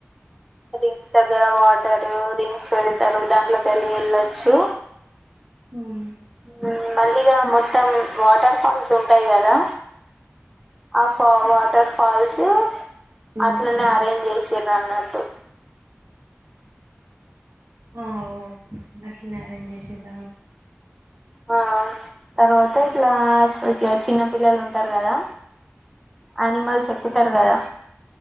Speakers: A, in the centre; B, on the right.
A: ర్రింక్స్ దగ్గర వాటరు ర్రింక్స్ పెరుగు దాంట్లోకి వెళ్ళి వెళ్ళొచ్చు
B: ఊమ్
A: హ్మ్ మళ్ళీగా మొత్తం వాటర్ ఫాల్స్ ఉంటాయి కదా ఆ ఫ వా వాటర్ ఫాల్స్
B: అవును
A: అట్లనే అరేంజ్ చేసి తిను అన్నట్టు
B: ఆఓ గట్న అరేంజ్ జేసిండ్రు
A: ఆ తర్వాత ఇట్లా ఇట్ల చిన్న పిల్లలు ఉంటారు కదా అనిమల్స్ ఎక్కుతరు
B: ఉమ్
A: గదా